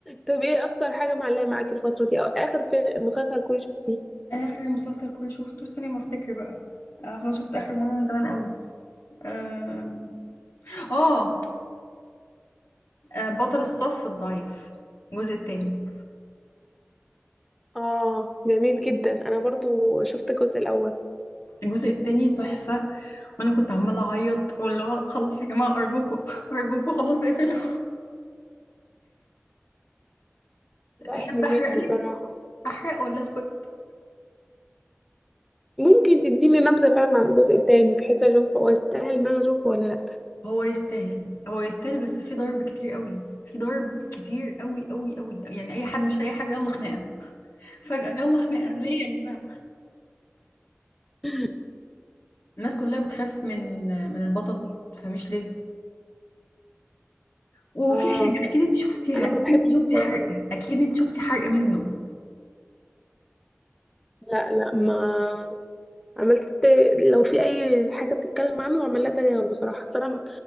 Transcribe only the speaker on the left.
<laughs> اخر مسلسل كوري شفته استني ما افتكر بقى اصلا شفت اخر مره من زمان قوي أم... اه آه، بطل الصف الضعيف الجزء التاني
الجزء التاني تحفة وانا كنت عمالة اعيط واللي هو خلاص يا جماعة ارجوكوا <laughs> ارجوكوا خلاص اقفلوا
تحب
احرق لك
احرق ولا اسكت
هو يستاهل هو يستاهل بس في ضرب كتير قوي في ضرب كتير قوي قوي قوي يعني اي حد مش لاقي حاجة يلا خناقة فجأة يلا خناقة ليه يا جماعة
الناس كلها بتخاف من من البطل فمش ليه وفي
حاجة اكيد انت شفتيها
اكيد
انت شفتي
حرق اكيد انت شفتي حرق منه